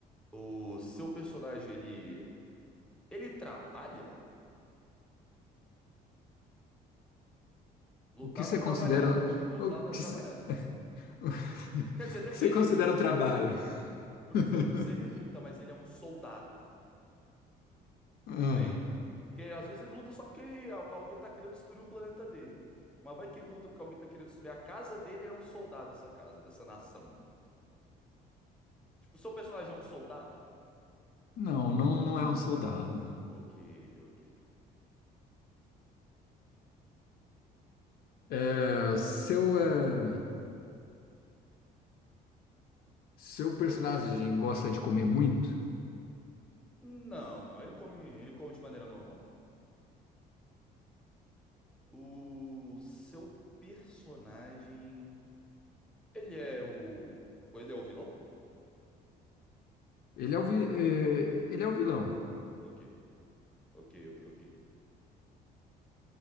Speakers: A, in the centre; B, on the left.
A: O seu personagem, ele. Ele trabalha? Lutar
B: O que você
A: não é trabalhar.
B: considera.
A: Lutar
B: O
A: não é
B: que
A: trabalhar.
B: você,
A: Tipo
B: <laughs>
A: assim.
B: o
A: Quer dizer, depende.
B: que você considera o trabalho?
A: Por
B: <laughs>
A: exemplo, se ele luta, mas ele é um soldado,
B: Ah,
A: entende? Porque às vezes ele luta só porque ele- al- alguém tá querendo destruir o planeta dele. Mas vai que ele luta porque alguém tá querendo destruir a casa dele, ele é um soldado dessa casa, dessa nação. Tipo, seu personagem é um soldado?
B: Não, não, não é um soldado.
A: Ok, ok.
B: É, seu, é, seu personagem gosta de comer muito?
A: Não, não, ele come, ele come de maneira normal. O seu personagem, ele é o, ele é o vilão?
B: Ele é o, vi- é, ele é o vilão.
A: Ok, ok, ok, ok.